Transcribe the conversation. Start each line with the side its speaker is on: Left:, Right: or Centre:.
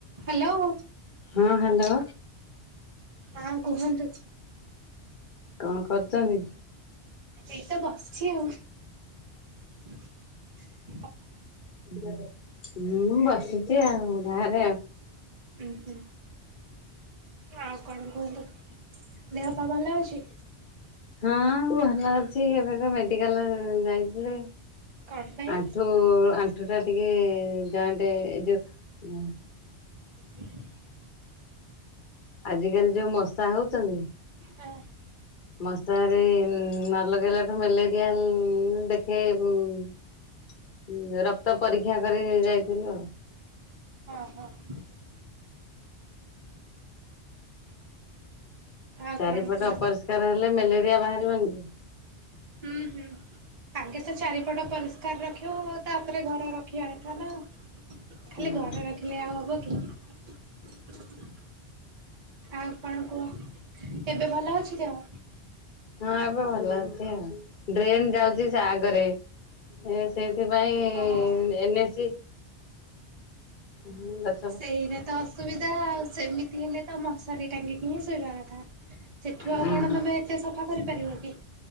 Right: Hello.
Left: ହଁ hello.
Right: ହଁ କୁହନ୍ତୁ।
Left: କଣ କରୁଚନ୍ତି?
Right: ଏଇ ତ ବସିଛି ଆଉ ।
Left: <inaudible> ମୁଁ ବସିଛି ଆଉ ଭାଆରେ ଆଉ
Right: ଉଁ ହୁଁ। ଆଉ କଣ କୁହନ୍ତୁ ଦେହ ପା ଭଲ ଅଛି?
Left: ହଁ ଭଲ ଅଛି ଏବେ ତ ମେଡିକାଲ ଯାଇଥିଲି।
Right: କଣ ପାଇଁ
Left: ଆଣ୍ଠୁ ଆଣ୍ଠୁ ଟା ଟିକେ ଜଏଣ୍ଟେ୍ ଏ ଯୋଉ
Right: <inaudible>
Left: ଆଜିକାଲି ଯୋଉ ମଶା ହଉଛନ୍ତି
Right: ହଁ।
Left: ମଶାରି ନ ଲଗେଇଲା ଠୁ ମେଲେରିଆ ଉଁ ଦେଖେ ଉଁ ରକ୍ତ ପରୀକ୍ଷା କରି ଯାଇଥିଲୁ ଆଉ।
Right: ହଁ ହଁ। ଆଉ
Left: ଚାରିପଟ
Right: କଣ କୁହ
Left: ଅପରିଷ୍କାର ହେଲେ ମେଲେରିଆ ବାହାରିବନି କି?
Right: ହୁଁ ହୁଁ। ଆଗେ ତ ଚାରିପଟ ପରିଷ୍କାର ରଖିବ ଆଉ ତାପରେ ଘର ରଖିବା କଥା ନା ଆଉ। ଖାଲି
Left: ହୁଁ
Right: ଘରେ ରଖିଲେ ଆଉ ହବ କି? ଆଉ କଣ କୁହ, ଏବେ ଭଲ ଅଛି ଦେହ?
Left: ହଁ ଏବେ ଭଲ ଅଛି ଆଉ, ଡ୍ରେନ୍ ଯାଉଛି ସେ ଆଗରେ ଏ ସେ ସେଥିପାଇଁ
Right: ହଁ।
Left: ଏନ୍ ଏ ସି ହୁଁ <unintelligible>
Right: ସେଇରା ତ ଅସୁବିଧା ଆଉ, ସେମିତି ହେଲେ ତ ମଶାରୀ ଟାଙ୍ଗିକି ହିଁ ଶୋଇବା କଥା। ସେଠୁ ଆଉ
Left: ହୁଁ
Right: କଣ ତମେ ଏତେ ସଫା କରିପାରିବ କି?